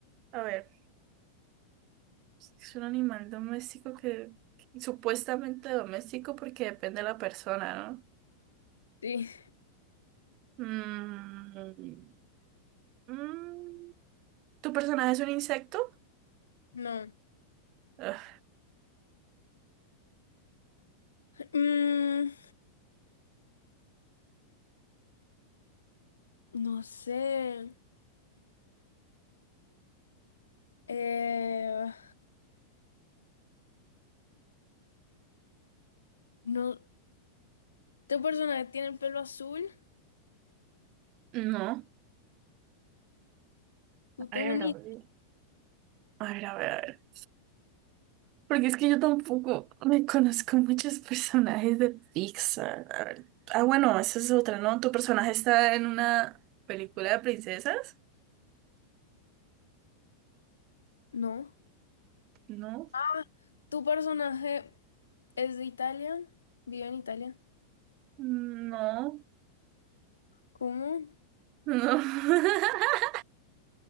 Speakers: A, on the right (about 40°); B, on the left (about 70°).
A: A ver, es un animal doméstico que, que supuestamente doméstico porque depende de la persona,
B: Sí,
A: ¿no? Mm, mm, ¿tu personaje es un insecto?
B: <laughs> no.
A: Ugh,
B: Mm, no sé. Eh, no. ¿Tu personaje tiene el pelo azul?
A: no.
B: No
A: A
B: tengo
A: ver,
B: ni...
A: a ver, a ver, a ver. a ver. Porque es que yo tampoco <laughs> me conozco muchos personajes de Pixar. A ver. Ah, bueno, esa es otra, ¿no? ¿Tu personaje está en una película de princesas?
B: No.
A: No.
B: Ah, ¿tu personaje es de Italia? ¿Vive en Italia?
A: No,
B: ¿Cómo?
A: no. <laughs>